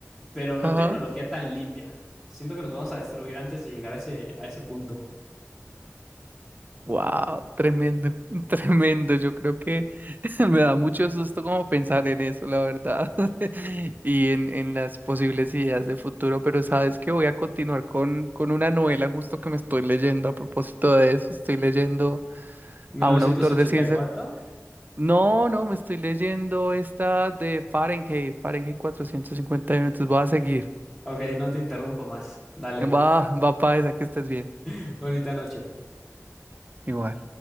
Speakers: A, in the centre; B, on the right (about 35°).
A: pero no
B: Ajá.
A: tecnología tan limpia. Siento que nos vamos a destruir antes de llegar a ese, a ese punto.
B: Wow, tremendo, <laughs> tremendo. Yo creo que <laughs> me da mucho susto como pensar en eso, la verdad, <laughs> y en, en las posibles ideas de futuro, pero sabes que voy a continuar con, con una novela justo que me estoy leyendo a propósito de eso. Estoy leyendo
A: mil
B: a
A: novecientos
B: un autor
A: ochenta
B: de ciencias.
A: y cuatro
B: No, no, me estoy leyendo esta de Fahrenheit, Fahrenheit 451. entonces voy a seguir.
A: Ok, no te interrumpo más. Dale.
B: Va, va para esa que estés bien.
A: <laughs> Bonita noche.
B: Igual.